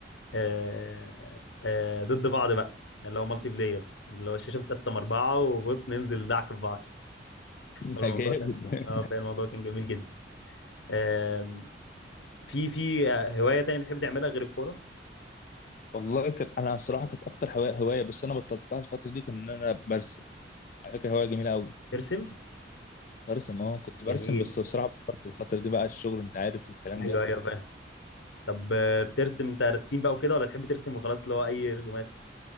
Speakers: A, on the left (about 80°); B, on the left (about 45°).
A: آه، آه، ضد بعض بقى اللي هو مالتي بلاير اللي هو الشاشه بتقسم اربعه وبص ننزل دعك في بعض
B: <laughs>
A: الموضوع
B: لا جامد
A: كان اه فعلا الموضوع كان جميل جدا آم، في في آه، هوايه تانية بتحب تعملها غير الكوره
B: والله كانت انا الصراحه كانت اكتر هوايه هوايه بس انا بطلتها الفتره دي كان ان انا برسم على فكره هوايه جميله قوي
A: ترسم
B: برسم اه كنت
A: جميل
B: برسم بس بصراحه بطلت الفتره دي بقى الشغل انت عارف والكلام
A: ايوه
B: ده
A: ايوه فاهم طب آه، بترسم انت رسيم بقى وكده ولا تحب ترسم وخلاص اللي هو اي رسومات